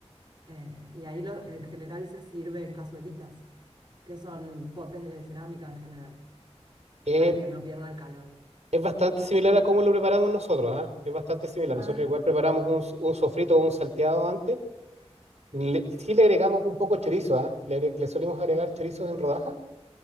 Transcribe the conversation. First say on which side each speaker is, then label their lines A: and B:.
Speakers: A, on the right; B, on the right.
A: Eh, y ahí lo- en general se sirve en cazuelitas, que son potes de cerámica en general,
B: Eh,
A: para que no pierda el calor.
B: es bastante similar a cómo lo preparamos nosotros, ¿ah? Es bastante similar.
A: ah
B: Nosotros igual preparamos un, s- un sofrito o un salteado antes. Le- sí le agregamos un poco chorizo, ¿ah? Le, agre- le solimos agregar chorizos en rodajas.